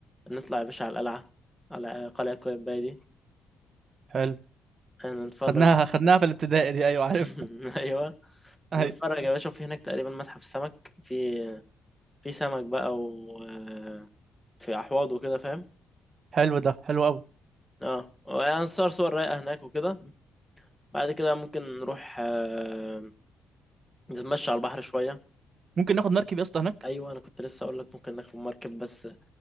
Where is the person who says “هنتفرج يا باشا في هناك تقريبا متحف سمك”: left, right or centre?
Centre